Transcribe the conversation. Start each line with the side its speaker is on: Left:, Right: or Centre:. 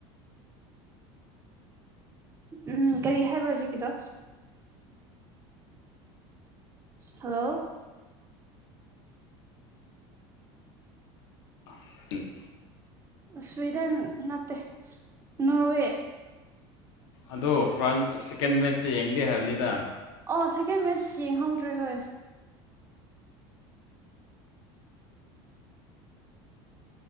Right: ꯎꯝ ꯀꯔꯤ ꯍꯥꯏꯕ꯭ꯔꯣ ꯍꯧꯖꯤꯛꯀꯤꯗꯣ ꯍꯜꯂꯣ
Left: ꯎꯝ
Right: ꯁ꯭ꯋꯤꯗꯟ ꯅꯠꯇꯦ ꯅꯣꯔꯋꯦ
Left: ꯑꯗꯣ ꯐ꯭ꯔꯟ ꯁꯤꯛꯀꯦꯟ ꯃꯦꯠꯁꯦ ꯌꯦꯡꯗꯦ ꯍꯥꯏꯕꯅꯤꯗ
Right: ꯑꯣ ꯁꯦꯀꯦꯟ ꯃꯦꯠꯁ ꯌꯦꯡꯍꯧꯗ꯭ꯔꯦ ꯍꯣꯏ